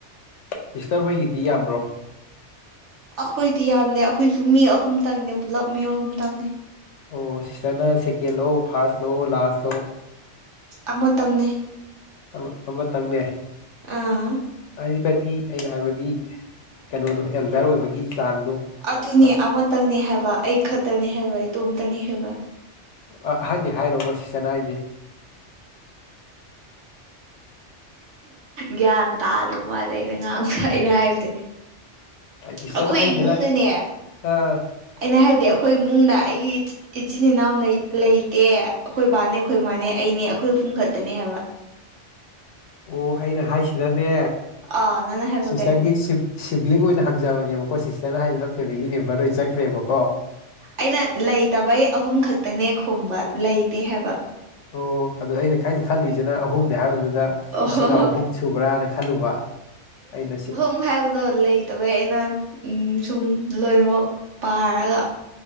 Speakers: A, on the left; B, on the right.
A: ꯁꯤꯁꯇꯔ ꯍꯣꯏꯒꯤꯗꯤ ꯌꯥꯝꯕ꯭ꯔꯣ
B: ꯑꯈꯣꯏꯗꯤ ꯌꯥꯝꯗ ꯑꯈꯣꯏꯁꯨ ꯃꯤ ꯑꯍꯨꯝꯇꯪꯅꯦ ꯄꯨꯂꯞ ꯃꯤ ꯑꯍꯨꯝꯇꯪꯅꯦ
A: ꯑꯣ ꯁꯤꯁꯇꯔꯅ ꯁꯦꯀꯦꯟ ꯂꯣ ꯐꯥ꯭ꯔꯁ ꯂꯣ ꯂꯥꯁ ꯂꯣ
B: ꯑꯃꯇꯪꯅꯦ
A: ꯑꯃ ꯑꯃꯇꯪꯅꯦ
B: ꯑꯥ
A: ꯑꯩ ꯕꯗꯤ ꯑꯩꯅ ꯍꯥꯏꯕꯗꯤ ꯀꯩꯅꯣꯗꯣ ꯑꯦꯜꯗꯔ ꯑꯣꯏꯕꯒꯤ ꯆꯥꯡꯗꯣ
B: ꯑꯗꯨꯅꯦ
A: ꯐ-
B: ꯑꯃꯇꯪꯅꯦ ꯍꯥꯏꯕ ꯑꯩ ꯈꯛꯇꯅꯦ ꯍꯥꯏꯕ ꯏꯗꯣꯝꯇꯅꯤ ꯍꯥꯏꯕ
A: ꯑ ꯑꯍꯟꯅꯤ ꯍꯥꯏꯔꯣꯕ ꯁꯤꯁꯇꯔꯅ ꯍꯥꯏꯁꯦ
B: ꯒ꯭ꯌꯥꯟ ꯇꯥꯗ꯭ꯔ ꯃꯥꯜꯂꯦ ꯑꯩꯅ ꯉꯥꯡꯕ ꯑꯩꯅ ꯍꯥꯏꯕꯗꯤ
A: ꯁꯤꯁꯇꯔꯅ
B: ꯑꯈꯣꯏ
A: ꯍꯥꯏꯁꯤꯅ
B: ꯏꯃꯨꯡꯗꯅꯦ
A: ꯑꯥ
B: ꯑꯩꯅ ꯍꯥꯏꯕꯗꯤ ꯑꯈꯣꯏ ꯏꯃꯨꯡꯗ ꯑꯩꯒꯤ ꯏꯆꯤꯟ ꯏꯅꯥꯎ ꯅꯩ ꯂꯩꯇꯦ ꯑꯩꯈꯣꯏ ꯕꯥꯅꯦ ꯑꯩꯈꯣꯏ ꯃꯥꯅꯦ ꯑꯩꯅꯦ ꯑꯩꯈꯣꯏ ꯑꯨꯝ ꯈꯛꯇꯅꯦ ꯍꯥꯏꯕ
A: ꯑꯣ ꯑꯩꯅ ꯍꯥꯏꯁꯤꯅꯅꯦ
B: ꯑꯥ ꯅꯪꯅ ꯍꯥꯏꯕ
A: ꯁꯤꯁꯇꯔꯒꯤ
B: ꯀꯩ
A: ꯁꯤꯞ ꯁꯤꯕ꯭ꯂꯤꯡ ꯑꯣꯏꯅ ꯍꯪꯖꯕꯅꯦꯕꯀꯣ ꯁꯤꯁꯇꯔꯅ ꯍꯥꯏꯖꯤꯅ ꯐꯦꯃꯤꯂꯤ ꯃꯦꯝꯕꯔ‌ ꯑꯣꯏꯟ ꯆꯠꯈ꯭ꯔꯦꯕꯀꯣ
B: ꯑꯩꯅ ꯂꯩꯇꯕꯩ ꯑꯍꯨꯝ ꯈꯛꯇꯅꯦ ꯈꯨꯝꯕ ꯂꯩꯇꯦ ꯍꯥꯏꯕ
A: ꯑꯣ ꯑꯗꯨ ꯑꯩꯅ ꯀꯥꯏꯅ ꯈꯜꯂꯨꯏꯖꯤꯅ ꯑꯍꯨꯝꯗꯤ ꯍꯥꯏꯕꯗꯨꯗ
B: ꯑꯣ
A: ꯏꯆꯤꯟꯅꯥꯎ
B: ꯍꯣ ꯍꯣ
A: ꯑꯍꯨꯝ ꯁꯨꯕ꯭ꯔꯥꯅ ꯈꯜꯂꯨꯕ ꯑꯩꯅ ꯁꯤ
B: ꯑꯨꯡ ꯍꯥꯏꯕꯗꯣ ꯂꯩꯇꯕꯩ ꯑꯩꯅ ꯎ ꯁꯨꯝ ꯂꯣꯏꯅꯃꯛ ꯄꯥꯔꯒ